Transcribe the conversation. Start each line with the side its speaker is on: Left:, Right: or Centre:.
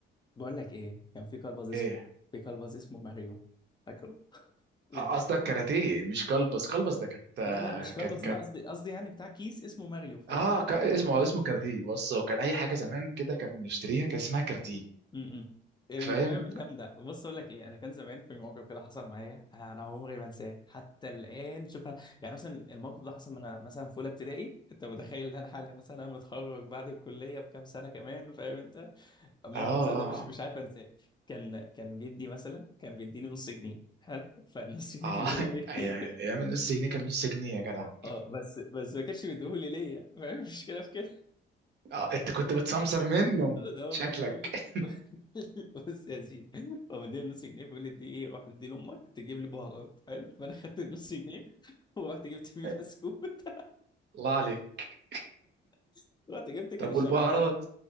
Left: بقول لك ايه كان في كلبز اسمه
Right: ايه
Left: في كلبز اسمه ماريو فاكره من
Right: آه،
Left: الاخر
Right: قصدك كاراتيه مش كلبس كلبس ده كانت آه،
Left: لا لا مش
Right: كان
Left: كلبز
Right: كانت
Left: انا قصدي قصدي يعني بتاع كيس اسمه ماريو فاهم
Right: اه ك... اسمه آه، اسمه كاراتيه بص هو كان اي حاجه زمان كده كان بنشتريها كان اسمها كاراتيه
Left: امم المهم
Right: فاهم
Left: جامده بص اقول لك ايه انا كان زمان في موقف كده حصل معايا انا عمري ما انساه حتى الان شوف أنا- يعني مثلا الموقف ده حصل وانا مثلا في اولى ابتدائي انت متخيل ان انا حالي مثلا متخرج بعد الكليه بكام سنه كمان فاهم انت الموقف
Right: اه
Left: زي ده
Right: اه
Left: مش مش عارف انساه كان كان جدي مثلا كان بيديلي نص جنيه حلو فالنص جنيه
Right: اه
Left: اللي بيقول
Right: <laughs> آه،
Left: لي
Right: أي-
Left: <laughs>
Right: ايام النص جنيه كان نص جنيه يا جدع
Left: اه بس بس ما كانش بيديهولي ليا فاهم المشكله في كده
Right: اه انت كنت بتسمسر منه
Left: ده هو
Right: شكلك
Left: بيديهولي <laughs> بص يا سيدي هو مديني نص جنيه بيقول لي دي ايه روح دي لامك تجيب لي بهارات حلو فانا خدت النص جنيه ورحت جبت بيه
Right: <laughs>
Left: بسكوت
Right: الله عليك
Left: <laughs> رحت جبت كان
Right: طب
Left: الشمعدان
Right: والبهارات